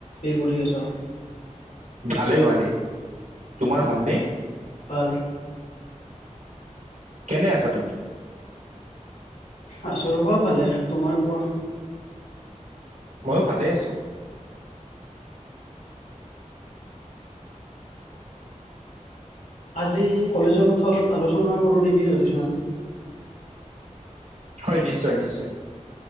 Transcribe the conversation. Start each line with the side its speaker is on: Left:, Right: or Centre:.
Left: কি কৰি আছ
Right: ভালেই ভালেই তোমাৰ ভালনে
Left: অল
Right: কেনে আছা তুমি
Left: আছো ৰ'বা ভালে তোমাৰ কোৱা
Right: ময়ো ভালে আছো
Left: আজি কলেজৰ কথা অলপ আলোচনা কৰোঁ নেকি জোতিস্মান
Right: হয় নিশ্চয় নিশ্চয়